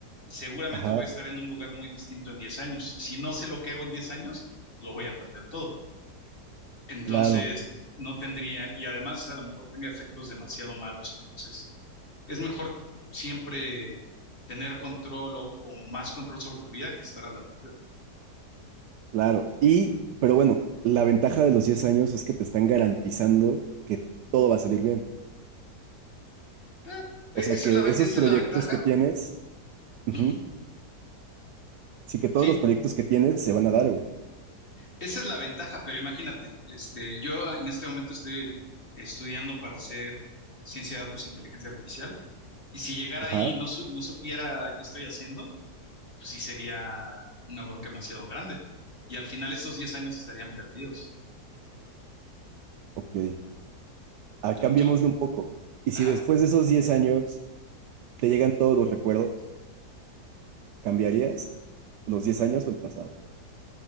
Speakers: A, on the left (about 35°); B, on the right (about 80°).
A: seguramente
B: ajá,
A: voy a estar en un lugar muy distinto en 10 años. Y si no sé lo que hago en 10 años, lo voy a perder todo. Entonces,
B: claro,
A: no tendría, y además a lo mejor tenga efectos demasiado malos. Entonces, es mejor siempre tener control o, o más control sobre tu vida que estar a la deriva.
B: claro. Y, pero bueno, la ventaja de los 10 años es que te están garantizando que todo va a salir bien.
A: Eh,
B: O sea,
A: esa
B: que
A: es la, ve-
B: esos
A: esa
B: proyectos
A: es la ventaja.
B: que tienes, ujú,
A: Ujú.
B: sí que todos
A: Sí,
B: los proyectos que tienes se van a dar, güey.
A: Esa es la ventaja, pero imagínate, este, yo en este momento estoy estudiando para hacer ciencia de datos e inteligencia artificial, y si llegara
B: Ajá,
A: ahí y no, su- no supiera qué estoy haciendo, pues sí sería una bronca demasiado grande. Y al final estos 10 años estarían perdidos,
B: ok. Ah,
A: ¿no?
B: cambiémosle
A: Tú,
B: un poco. Y si
A: ajá,
B: después de esos 10 años te llegan todos los recuerdos, ¿cambiarías los 10 años o el pasado?